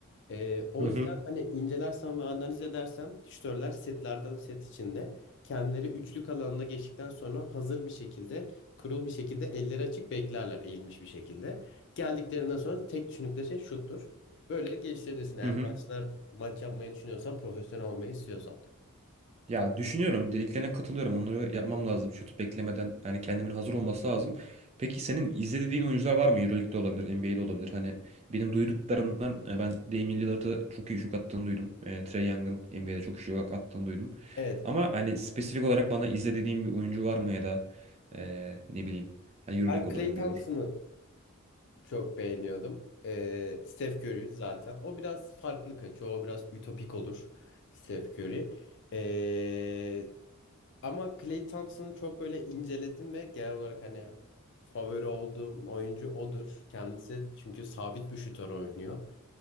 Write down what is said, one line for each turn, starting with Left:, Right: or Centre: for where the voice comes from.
Left: Ee, o
Right: Hı hı.
Left: yüzden hani incelersem ve analiz edersem şütörler setlerden set içinde kendileri üçlük alanına geçtikten sonra hazır bir şekilde kurul bir şekilde elleri açık beklerler eğilmiş bir şekilde. Geldiklerinden sonra tek düşündükleri şey şuttur. Böyle geliştirebilirsin eğer
Right: Hı
Left: maçlar maç yapmayı düşünüyorsan profesyonel olmayı istiyorsan.
Right: Ya düşünüyorum, dediklerine katılıyorum. Onları yapmam lazım. Şut beklemeden yani kendimin hazır olması lazım. Peki senin izlediğin oyuncular var mı? Euroleague'de olabilir, NBA'de olabilir. Hani benim duyduklarımdan e, ben Damian Lillard'a çok iyi şut attığını duydum. E, Trae Young'ın NBA'de çok iyi şut attığını duydum.
Left: Evet
Right: Ama hani spesifik olarak bana izle dediğin bir oyuncu var mı ya da e, ne bileyim hani
Left: Ben
Right: Euroleague
Left: Clay
Right: olur, NBA
Left: Thompson'ı
Right: olur.
Left: çok beğeniyordum. Ee, Steph Curry zaten. O biraz farklı kaçıyor. O biraz ütopik olur. Steph Curry. Ee, ama Clay Thompson'ı çok böyle inceledim ve genel olarak hani favori olduğum oyuncu odur. Kendisi çünkü sabit bir şutör oynuyor.